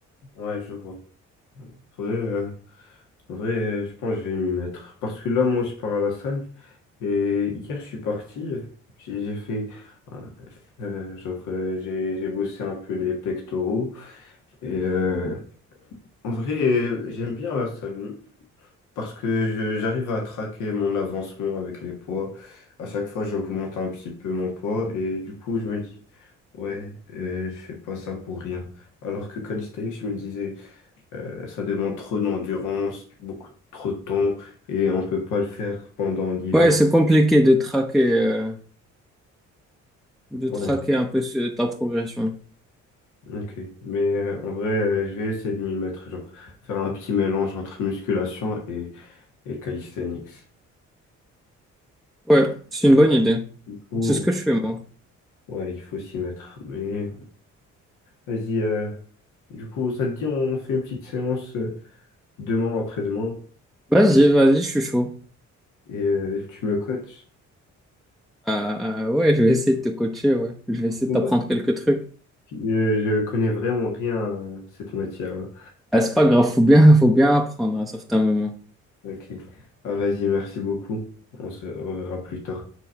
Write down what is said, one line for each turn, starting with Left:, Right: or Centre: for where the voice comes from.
Left: Ouais, je vois. Vrai, euh, vrai, euh, je pense que je vais m'y mettre. Parce que là, moi, je pars à la salle. Et hier, je suis parti, j'ai j'ai fait, euh, euh, genre, euh, j'ai j'ai bossé un peu les pectoraux. Et euh, en vrai, euh, j'aime bien la salle parce que je- j'arrive à traquer mon avancement avec les poids. À chaque fois, j'augmente un petit peu mon poids et du coup, je me dis, ouais, euh, je fais pas ça pour rien. Alors que calisthenics, je me disais, euh, ça demande trop d'endurance, beaucoup trop de temps et on peut pas le faire pendant l'hiver.
Centre: Ouais, c'est compliqué de traquer, euh, de
Left: Ouais.
Centre: traquer un peu ce- ta progression.
Left: Ok, mais euh, en vrai, euh, je vais essayer de m'y mettre, genre faire un petit mélange entre musculation et, et calisthenics.
Centre: Ouais, c'est une bonne idée.
Left: Il faut,
Centre: C'est ce que je fais, moi.
Left: ouais, il faut s'y mettre. Mais vas-y, euh, du coup, ça te dit, on fait une petite séance euh, demain ou après-demain
Centre: Vas-y, vas-y, je suis chaud.
Left: et euh, tu me coaches.
Centre: Euh, euh, ouais, je vais essayer de te coacher, ouais. Je vais essayer
Left: Ouais,
Centre: de t'apprendre quelques trucs.
Left: euh, je connais vraiment rien à cette matière-là.
Centre: Ah, c'est pas grave, faut bien, faut bien apprendre à un certain moment.
Left: Ok, ah, vas-y, merci beaucoup. On se reverra plus tard.